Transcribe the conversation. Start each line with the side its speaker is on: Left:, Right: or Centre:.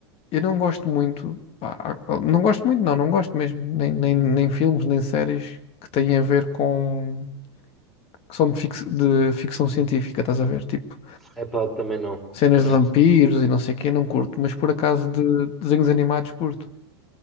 Left: Eu não gosto muito, pá, ah, não gosto muito, não, não gosto mesmo, nem, nem, nem filmes, nem séries que têm a ver com, que são de, fix- de ficção científica, estás a ver? Tipo,
Centre: Epá, também não.
Left: cenas
Centre: Não.
Left: de vampiros e não sei o quê, não curto, mas por acaso de desenhos animados curto.